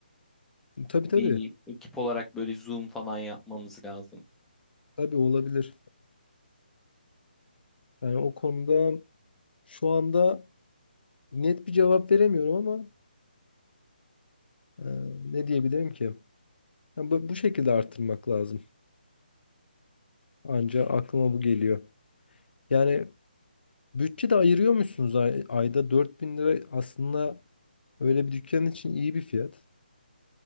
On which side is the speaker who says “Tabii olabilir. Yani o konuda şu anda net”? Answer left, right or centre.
Left